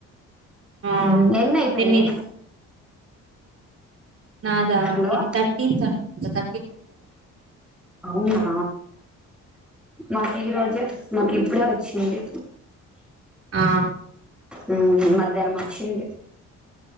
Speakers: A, on the right (about 50°); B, in the centre.
A: ఆ
B: ఊ ఎన్నైపోయినయి
A: నేను ఇ- నాదా
B: హలో
A: ఇది తర్టీతనుకుంట త
B: అవునా నాకీరోజే నాకిప్పుడే ఒచ్చింది
A: ఆ
B: ఉమ్ మధ్యాహ్నం వచ్చింది